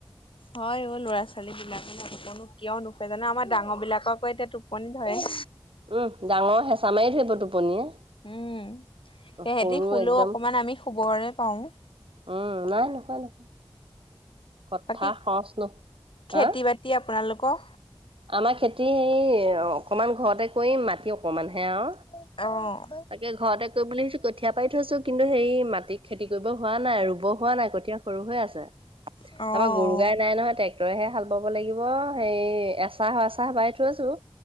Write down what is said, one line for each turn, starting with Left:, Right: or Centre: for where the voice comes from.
Left: হয় অ ল'ৰা ছোৱালী বিলাকে জানো কিয় নুটুজে জানো আমাৰ ডাঙৰ বিলাককো এতিয়া টোপনি হয়।
Right: উম ডাঙৰৰ হেঁচা মাৰি থধৰিব টোপনিয়ে
Left: উম। সেহঁতি
Right: সৰু
Left: শুলেও
Right: একদম
Left: অকমান আমি শুবৰে পাওঁ।
Right: উম, নাই নোখোৱাই নহয় কথা
Left: বাকী
Right: সচ ন হা
Left: খেতি বাতি আপোনালোকৰ?
Right: আমাৰ খেতি হেৰি অকমান ঘৰতে কৰিম, মাটি অকমানহে আৰু।
Left: অ',
Right: তাকে ঘৰতে কৰিবলৈ কঠীয়া পাৰি থৈছোঁ কিন্তু সেই মাটিত খেতি কৰিব হোৱা নাই আৰু। ৰুব হোৱা নাই কঠীয়া সৰু হৈ আছে
Left: অ',
Right: তাৰাপা গুৰু গাই নাই নহয় তে টোৰেহে হাল বাব লাগিব সেই এক এচাহ, এচাহ বাই থৈছোঁ